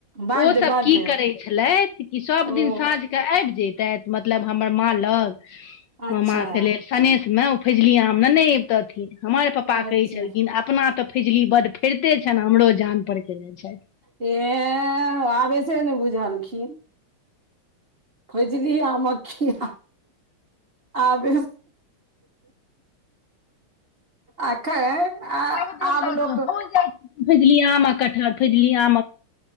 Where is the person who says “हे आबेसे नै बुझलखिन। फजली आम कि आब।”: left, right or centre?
Right